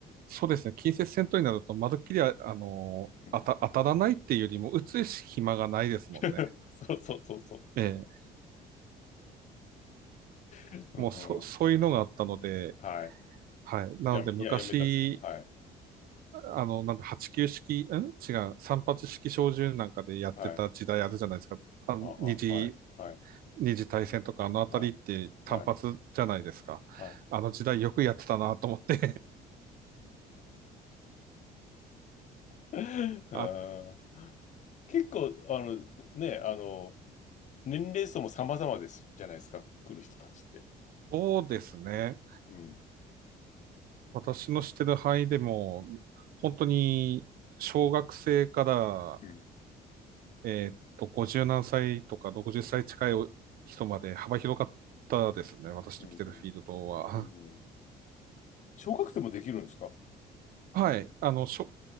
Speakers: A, on the right; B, on the left.
A: そうですね。近接戦闘になると、まるっきりあ、あのー、
B: うん
A: 当た、当たらないっていうよりも、打つ暇がないですもんね。
B: <laughs> そうそうそうそう。
A: ええ、
B: うん、
A: もうそ、そういうのがあったので、
B: はい。
A: はい。なので、
B: やめ、
A: 昔、
B: いや、やめたっすか。はい。
A: あの、なんだ、89式、ん違う、3発式小銃なんかでやってた時代あるじゃないですか。
B: はい。
A: あの二次、
B: はあはあ、はい、はい、
A: 二次大戦とか、あのあたりって単発じゃないですか。
B: はい、はい、はい。
A: あの時代よくやってたなと思って
B: <laughs> あー
A: <laughs> あ、
B: 結構、あの、ね、あの、年齢層も様々ですじゃないですか、来る人たちって。
A: そうですね。
B: うん、
A: 私の知ってる範囲でも、本当に小学生から、
B: うん、
A: えーっと、50何歳とか60歳近い人まで幅広かったですね。私の来てるフィールドは。
B: うん、うん。小学生もできるんですか
A: はい。あの、小、